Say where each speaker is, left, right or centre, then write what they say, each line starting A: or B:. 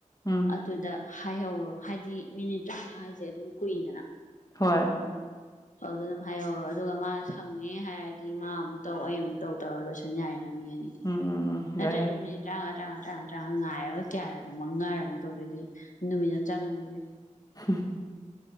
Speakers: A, on the left; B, on the left.
A: ꯎꯝ
B: ꯑꯗꯨꯗ ꯍꯥꯏꯍꯧꯔꯣ ꯍꯥꯏꯗꯤ ꯃꯤꯅꯤꯠ ꯇꯔꯥꯃꯉꯥ ꯍꯥꯏꯁꯦ ꯑꯗꯨꯝ ꯀꯨꯏꯗꯅ
A: ꯍꯣꯏ
B: ꯑꯗꯨꯗ ꯑꯗꯨꯝ ꯍꯥꯏꯍꯧꯔꯣ ꯑꯗꯨꯒ ꯃꯥ ꯁꯪꯉꯦ ꯍꯥꯏꯔꯗꯤ ꯃꯥ ꯑꯃꯨꯛ ꯇꯧ ꯑꯩ ꯑꯃꯨꯛ ꯇꯧ ꯇꯧꯔ ꯂꯣꯏꯁꯟ ꯌꯥꯏꯅ ꯅꯤꯗ
A: ꯎꯝ ꯎꯝ ꯎꯝ
B: ꯅꯠꯇ꯭ꯔꯅꯤꯃꯤꯉ
A: ꯌꯥꯏ ꯌꯥꯏ
B: ꯇ ꯇꯔꯥ ꯇꯔꯥ ꯉꯥꯏꯔꯒ ꯀꯌꯥꯔꯅꯣꯃꯛ ꯉꯥꯏꯔꯅꯤ ꯇꯧꯗꯣꯏꯁꯦ ꯅꯨꯃꯤꯠ ꯑꯃ ꯆꯪꯉꯅꯤꯕꯣ
A: ꯍꯝ